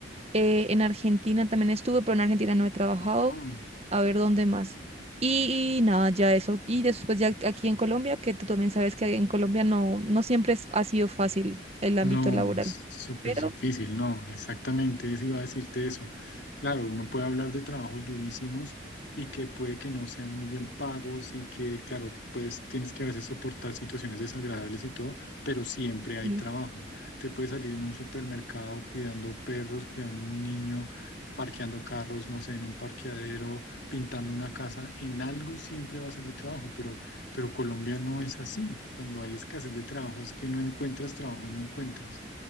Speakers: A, on the right; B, on the left.
A: Eh, en Argentina también estuve, pero en Argentina no he trabajado.
B: No,
A: A ver dónde más. Y, y nada, ya eso. Y después ya aquí en Colombia, que tú también sabes que en Colombia no, no siempre es- ha sido fácil el ámbito
B: no,
A: laboral.
B: es súper
A: Pero
B: difícil, no, exactamente, eso iba a decirte eso. Claro, uno puede hablar de trabajos durísimos y que puede que no sean muy bien pagos y que, claro, pues tienes que a veces soportar situaciones desagradables y todo, pero siempre hay
A: sí.
B: trabajo. Te puedes salir en un supermercado cuidando perros, cuidando un niño, parqueando carros, no sé, en un parqueadero, pintando una casa, en algo siempre va a salir trabajo, pero Pero Colombia no es así. Cuando hay escasez de trabajo es que no encuentras trabajo y no encuentras.